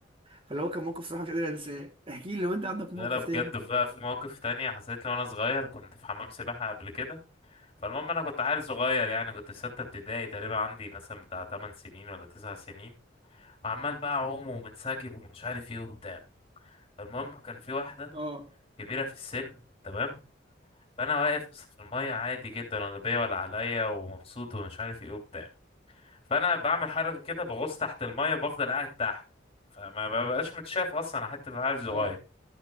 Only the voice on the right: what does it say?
فاللي هو كان موقف صراحه مش قادر انساه احكي لي لو انت عندك
موقف
تاني
اه
اه